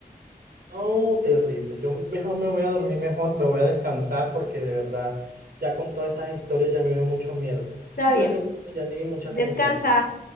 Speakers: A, on the right; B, on the left.
A: No, terrible. Yo mejor me voy a dormir mejor, me voy a descansar porque de verdad ya con todas estas historias ya me dio mucho miedo.
B: Está bien,
A: Cuídate mucho, Janine, muchas
B: descansa.
A: bendiciones.